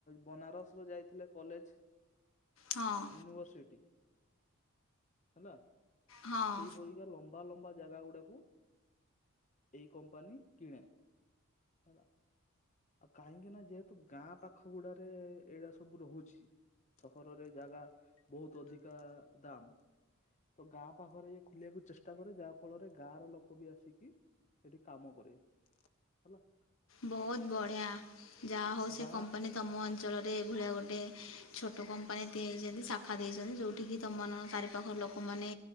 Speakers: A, on the left (about 35°); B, on the left (about 65°).
A: ବନାରସ ରୁ ଯାଇଥିଲେ କଲେଜ।
B: ହଁ
A: ୟୁନିଭର୍ସିଟି। ହେଲା
B: ହଁ
A: ସେଇପରିକା ଲମ୍ବା ଲମ୍ବା ଜାଗା ଗୁଡାକୁ। ଏଇ କମ୍ପାନୀ କିଣେ ହେଲା। ଆଉ କାହିଁକି ନା ଯେହେତୁ ଗାଁ ପାଖ ଗୁଡାରେ ଏଇଡା ସବୁ ରହୁଛି। ସହରରେ ଜାଗା ବହୁତ ଅଧିକା ଦାମ। ତ ଗାଁ ପାଖରେ ଇଏ ଖୋଲିବାକୁ ଚେଷ୍ଟା କରେ ଯାହା ଫଳରେ ଗାଁ ର ଲୋକ ବି ଆସିକି। ଏଠି କାମ କରିବେ ହେଲା।
B: ବହୁତ ବଢିଆ ଯାହା ହଉ ସେ
A: ଗାଁ
B: କମ୍ପାନୀ ତମ ଅ ଅଞ୍ଚଳରେ ଏଭଳିଆ ଗୋଟେ ଛୋଟ କମ୍ପାନୀ ଦେଇଛନ୍ତି ଶାଖା ଦେଇଛନ୍ତି ଯୋଉଠିକି ତମ ମାନଙ୍କ ଚାରିପାଖ ଲୋ ଲୋକମାନେ